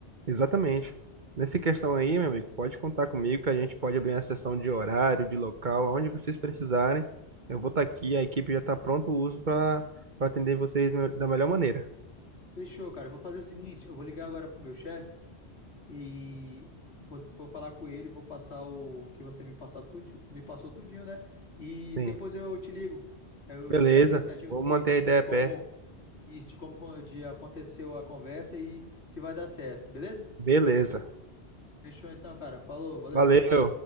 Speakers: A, on the right; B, on the left.
A: exatamente. Nessa questão aí, meu amigo, pode contar comigo que a gente pode abrir a sessão de horário, de local, aonde vocês precisarem. Eu vou estar aqui, a equipe já está pronto o uso para para atender vocês no- da melhor maneira.
B: Fechou, cara. Eu Vou fazer o seguinte, eu vou ligar agora pro meu chefe e vou, vou falar com ele, vou passar o que você me passar tudo, me passou tudinho, né? E
A: Sim,
B: depois eu te ligo. Eu
A: beleza.
B: te aviso certinho
A: Vou
B: do
A: manter
B: que-
A: a ideia
B: de
A: a
B: como
A: pé.
B: isso, de como co- de aconteceu a conversa e se vai dar certo, beleza?
A: Beleza.
B: Fechou então, cara. Falou, valeu.
A: Valeu.